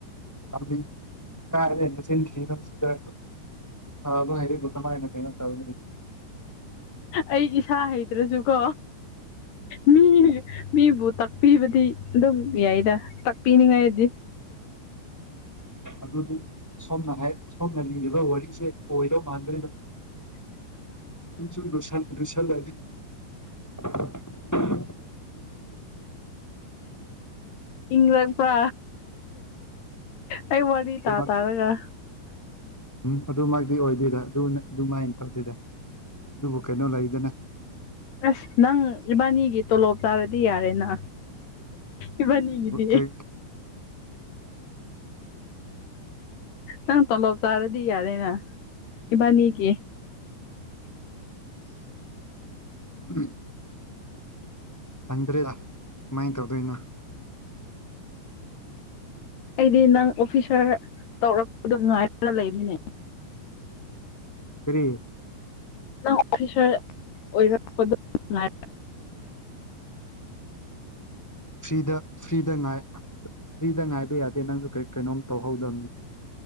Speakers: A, in the centre; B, on the left.
A: ꯕꯤ ꯀꯥꯏꯦ ꯍꯦꯟꯅ ꯆꯦꯟ ꯊ꯭ꯔꯤꯅꯣ ꯁꯤꯗ ꯑ ꯑꯗꯨ ꯍꯥꯏꯗꯤ ꯀꯃꯥꯏꯅ ꯀꯩꯅꯣ ꯇꯧ
B: ꯑꯩ ꯏꯁꯥ ꯍꯩꯇ꯭ꯔꯁꯨꯀꯣ ꯃꯤ ꯃꯤꯕꯨ ꯇꯥꯛꯄꯤꯕꯗꯤ ꯑꯗꯨꯝ ꯌꯥꯏꯗ ꯇꯥꯛꯄꯤꯅꯤꯡꯉꯥꯏꯗꯤ
A: ꯑꯗꯨꯗꯤ ꯁꯣꯝꯅ ꯍꯥꯏ ꯁꯣꯝꯅ ꯂꯤꯉꯕ ꯋꯥꯔꯤꯁꯦ ꯑꯣꯏꯗꯧ ꯃꯥꯟꯗꯣꯏꯅ ꯁꯨꯝꯁꯨꯨꯝ ꯂ ꯂꯨꯁꯜꯂꯗꯤ ꯎ <unintelligible>
B: ꯏꯪꯂꯛꯄ ꯑꯩ ꯋꯥ ꯅꯤ
A: ꯑꯗꯨꯃꯛꯇꯤ
B: ꯇꯥ ꯇꯥꯔꯒ
A: ꯎꯝ ꯑꯗꯨꯃꯥꯏꯛꯇꯤ ꯑꯣꯏꯗꯣꯏꯗ ꯑꯗꯨ ꯑꯗꯨꯃꯥꯏꯅ ꯇꯧꯗꯦꯗ ꯑꯗꯨꯕꯨ ꯀꯩꯅꯣ ꯂꯩꯗꯅ
B: ꯑꯁ ꯅꯪ ꯏꯕꯥꯅꯤꯒꯤ ꯇꯣꯂꯣꯞ ꯆꯥꯔꯗꯤ ꯌꯥꯔꯦꯅ ꯏꯕꯥꯅꯤꯒꯤꯗꯤ
A: ꯀꯩ
B: ꯅꯪ ꯇꯣꯂꯣꯞ ꯆꯥꯔꯗꯤ ꯌꯥꯔꯦꯅ ꯏꯕꯥꯅꯤꯒꯤ
A: ꯎꯝ ꯈꯪꯗ꯭ꯔꯦ ꯀꯃꯥꯏꯅ ꯇꯧꯗꯣꯏꯅꯣ
B: ꯑꯩꯗꯤ ꯅꯪ ꯑꯣꯐꯤꯁꯥꯔ ꯇꯧꯔꯛꯄꯗꯣ ꯉꯥꯏꯔꯒ ꯂꯩꯃꯤꯅꯦ
A: ꯐꯔꯤ
B: ꯑꯣꯐꯤꯁꯔ ꯑꯣꯏꯔꯛꯄꯗꯣ ꯉ
A: ꯐ꯭ꯔꯤꯗ ꯐ꯭ꯔꯤꯗ ꯐ꯭ꯔꯤꯗ ꯉꯥꯏꯕ ꯌꯥꯗꯦ ꯅꯪꯁꯨ ꯀꯔꯤ ꯀꯩꯅꯣꯝ ꯇꯧꯍꯧꯗꯕꯅꯤ